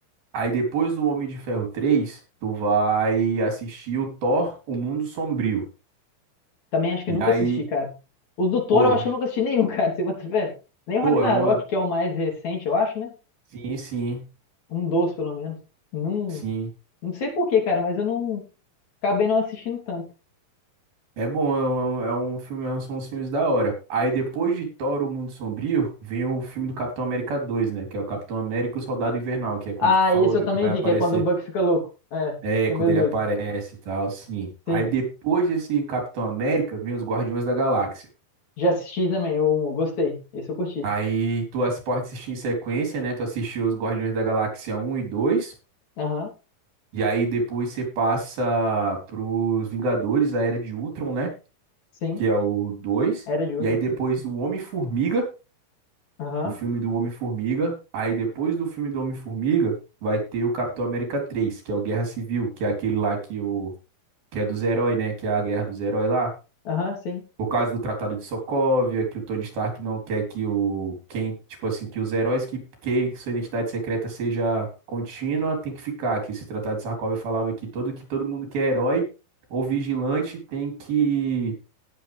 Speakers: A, on the right; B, on the left.
A: Aí depois do Homem de Ferro três tu vai assistir o Thor, O Mundo Sombrio.
B: Também acho que
A: E
B: nunca
A: aí,
B: assisti, cara. Os do Thor
A: pô,
B: eu acho que eu nunca assisti nenhum, <laughs> cara, você bota fé. Nem o
A: pô,
B: Ragnarok,
A: é uma.
B: que é o mais recente, eu acho, né?
A: Sim, sim,
B: Um dos, pelo menos. Não,
A: sim.
B: não sei por quê, cara, mas eu não acabei não assistindo tanto.
A: É bom, é um, é um é um filme, é um, são uns filmes da hora. Aí depois de Thor, O Mundo Sombrio, vem o filme do Capitão América dois, né? Que é o Capitão América e o Soldado Invernal, que é quando
B: Ah,
A: tu falou
B: e esse
A: aí
B: eu também
A: que vai
B: vi,
A: aparecer.
B: que é quando o Buck fica louco. É,
A: É,
B: fica
A: quando
B: meio
A: ele
B: doido.
A: aparece e tal, sim. Aí
B: Sim.
A: depois desse Capitão América, vem os Guardiões da Galáxia.
B: Já assisti também, eu, gostei. Esse eu curti.
A: Aí tu as- pode assistir em sequência, né? Tu assistiu os Guardiões da Galáxia um e dois,
B: Aham,
A: E aí depois você passa pros Vingadores, a Era de Ultron, né?
B: sim.
A: Que é o dois.
B: Era de Ultron,
A: E aí depois
B: sim.
A: o Homem-Formiga.
B: Aham,
A: o filme do Homem-Formiga. Aí depois do filme do Homem-Formiga, vai ter o Capitão América três que é o Guerra Civil, que é aquele lá que o que é dos heróis, né? Que é a guerra dos heróis lá.
B: aham, sim.
A: Por causa do Tratado de Sokovia, que o Tony Stark não quer que o quem, tipo assim, que os heróis que querem que sua identidade secreta seja contínua, tem que ficar. Que esse Tratado de Sokovia falava que todo que todo mundo que é herói ou vigilante tem que